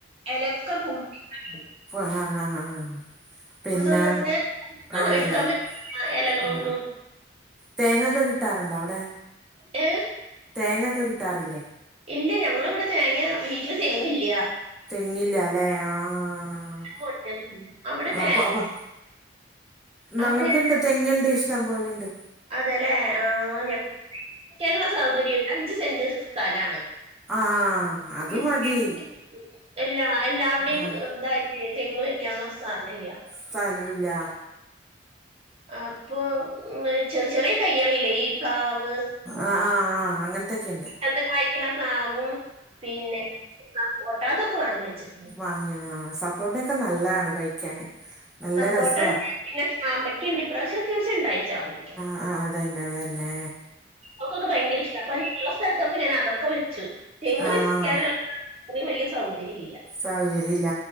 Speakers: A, on the right (about 30°); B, in the centre.
A: എലക്കെ പു <unintelligible>
B: ആ ആ ആ പിന്നെ
A: അത് തന്നിട്ട് ആ,
B: അതെല്ലേ
A: എടുക്കാൻ പറ്റില്ല ഇലകളൊന്നും
B: ആ തേങ്ങൊക്കെ കിട്ടാറുണ്ടോ അവടെ?
A: ഏ?
B: തേങ്ങൊക്കെ കിട്ടാറില്ലേ?
A: ഇല്ല ഞങ്ങളിവിടെ തേങ്ങ വീട്ടില് തെങ്ങില്ല.
B: തെങ്ങില്ലല്ലെ ആഹ്
A: കൊണ്ടുവന്നിട്ടില്ല. അവിടെ തേ
B: ആപ്പൊ അപ്പൊ ഞങ്ങൾക്ക്
A: അപ്പൊ ഞാൻ-
B: ഇണ്ട് തെങ്ങ്ണ്ട് ഇഷ്ടം പോലെണ്ട്.
A: അതെല്ലേ ആഹ് <unintelligible> ക്കാനുള്ള സൗകര്യല്ല അഞ്ച് സെന്റ് സ് സ്ഥലാണ്.
B: ആ അത്
A: ഈ
B: മതി.
A: തെങ്ങ് എല്ലാ എല്ലാവടെയും
B: ആഹ്
A: ഇതായപ്പയേ തെങ്ങ് വെക്കാനുള്ള സ്ഥലല്ല.
B: സ്ഥലോല്ല
A: അപ്പൊ ചെറിയ ചെറിയ തൈആളില്ലേ ഈ പ്ലാവ്
B: ആഹ് ആ ആ അങ്ങനത്തൊക്കെയ്ണ്ട്
A: പെട്ടന്ന് കായ്ക്കണ പ്ലാവും പിന്നെ സപ്പോട്ട അതൊക്കെ വാങ്ങി വെച്ചിട്ട്
B: വാങ്ങിയോ സപ്പോർട്ടൊക്കെ നല്ലതാണ് കഴിക്കാന് നല്ല
A: സപ്പോട്ട
B: രസവാ
A: ഉണ്ടായി പിന്നെ ചാമ്പക്ക ഉണ്ട് ഇപ്രാവശ്യം അത്യാവശ്യം ഉണ്ടായി ചാമ്പയ്ക്ക
B: ആഹ് അതന്നെ അതന്നെ
A: ഒക്കൊക്കെ ഭയങ്കര ഇഷ്ടാ അപ്പം ഞാൻ ഇളള സ്ഥലത്തൊക്കെ ഞൻ അതൊക്കെ വെച്ചു തെങ്ങ്
B: ആഹ്
A: വെക്കാനുള്ള അത്ര വലിയ സൗകര്യല്ല
B: സൗകര്യ ഇല്ല